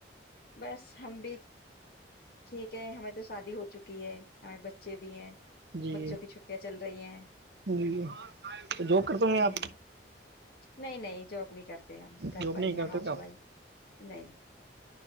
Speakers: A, on the left; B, on the right.
A: بس ہم بھی ٹھیک ہے ہمیں تو شادی ہو چکی ہے ہمیں بچے بھی ہیں
B: جی
A: بچوں کی چھٹیاں چل رہی ہیں
B: جی تو جو کرتا میں
A: ہوں
B: آپ
A: نہیں نہیں جوک نہیں کرتا گھر
B: جاب
A: پر
B: نہیں
A: ہی
B: کرتے
A: ہیں ہاؤس
B: تو آپ
A: وائف نہیں